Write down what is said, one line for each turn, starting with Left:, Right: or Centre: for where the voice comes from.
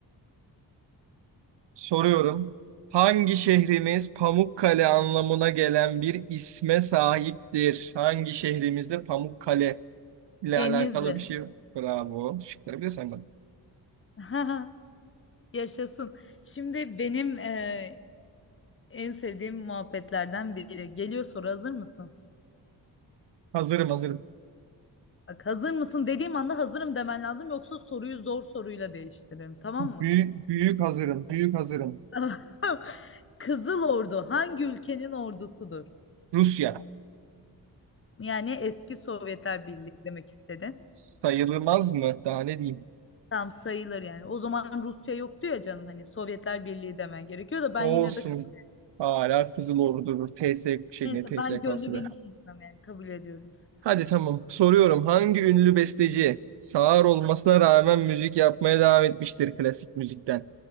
Right: Soruyorum. Hangi şehrimiz Pamukkale anlamına gelen bir isme sahiptir? Hangi şehrimizde Pamukkale ile
Left: Denizli.
Right: alakalı bir şey? Bravo. Şıkları bile saymadım.
Left: <laughs> Yaşasın. Şimdi benim e, en sevdiğim muhabbetlerden biri. Geliyor soru hazır mısın?
Right: Hazırım hazırım.
Left: Bak hazır mısın dediğim anda hazırım demen lazım yoksa soruyu zor soruyla değiştiririm tamam mı?
Right: Büyük, büyük hazırım. Büyük hazırım.
Left: Tamam. <laughs> Kızıl Ordu hangi ülkenin ordusudur?
Right: Rusya.
Left: Yani eski Sovyetler Birliği demek istedin.
Right: Sayılmaz mı? Daha ne diyeyim?
Left: Tam sayılır yani. O zaman Rusya yoktu ya canım hani Sovyetler Birliği demen gerekiyor da ben
Right: Olsun.
Left: yine de kabul.
Right: Hala Kızıl Ordu durur. TS şey
Left: Neyse
Right: ne TSK'sı
Left: ben gönlü geniş
Right: be.
Left: insanım yani kabul ediyorum seni.
Right: Hadi tamam. Soruyorum. Hangi ünlü besteci sağır olmasına rağmen müzik yapmaya devam etmiştir klasik müzikten?